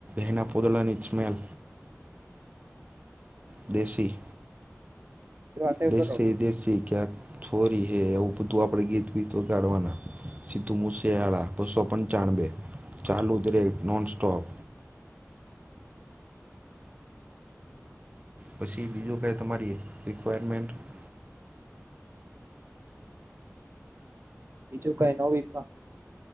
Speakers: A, on the right; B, on the right.
A: એના પોતળા ની સ્મેલ. દેશી.
B: એ વાત એ
A: દેશી
B: બરોબર
A: દેશી ક્યાં? છોરી હે એવું બધું આપે ગીતીત વગાડવાના. સીધું મુસેળા બસો પંચાનવે, ચાલુ દરેક નોન સ્ટોપ. પછી બીજું કઈ તમારી? રિક્વાયરમેન્ટન્ટ.
B: <inaudible> બીજું કઈ નવવી માં?